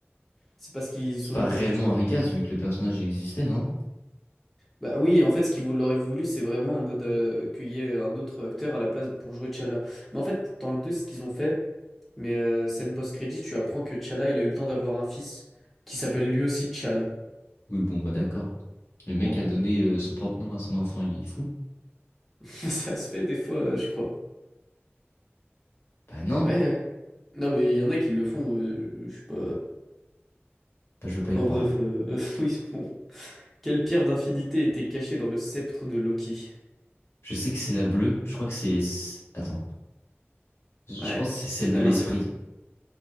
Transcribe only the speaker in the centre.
c'est pas ce qu'ils
sous-entendent
tu vois.
Bah oui en fait ce qu'ils vou- l'auraient voulu c'est vraiment en mode euh, qu'il y ait un autre acteur à la place pour jouer T'Challa. Mais en fait dans le 2 ce qu'ils ont fait mais euh, scène post-crédit tu apprends que T'Challa il a eu le temps d'avoir un fils qui s'appelle lui aussi T'Challa.
en gros.
<laughs> Ça se fait des fois, euh, je crois.
Ouais, ouais. Non, mais il y en a qui le font, euh, je sais pas.
Bon,
bref, euh, <laughs> oui, bon. Quelle pierre d'infinité était cachée dans le sceptre de Loki?
Ouais,
c-
c'était
bien
bleu.